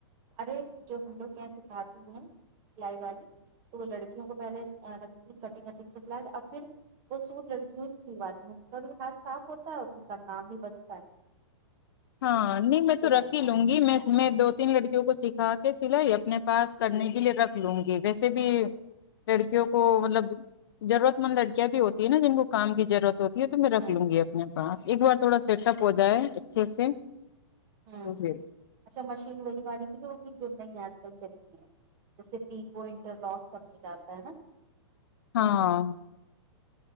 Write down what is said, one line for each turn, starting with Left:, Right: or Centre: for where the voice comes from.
Right: ارے جو ہم لوگ یہاں سکھاتی ہیں سلائی والی تو وہ لڑکیوں کو پہلےکھ کٹنگ کٹنگ سکھلاے اور پھر وہ سوٹ لڑکیوں سے سلواتے ہے ان کا بھی ہاتھ صاف ہوتا ہے اور ان کا کام بھی بچتا ہے
Left: ہاں نہیں میں تو
Right: یہ
Left: رکھ
Right: رہتا
Left: ہی
Right: ہے
Left: لوں گی میں میں دو تین لڑکیوں کو سکھا کے سلائی اپنے پاس کرنے کے لیے رکھ لوں گی ویسے بھی لڑکیوں کو مطلب ضرورت مند لڑکیاں بھی ہوتی ہے نا جن کو کام کی ضرورت ہوتی ہے تو میں رکھ
Right: ہ
Left: لوں گی اپنے پاس ایک بار تھوڑا سیٹ اپ ہو جائے اچھے سے
Right: ہ
Left: تو پھر
Right: اچھا مشین وہی والی لی ہوگی جو نئی آج کل چل رہی ہے جیسے پی کو انٹر لاک سب سے جاتا ہے نا
Left: ہاں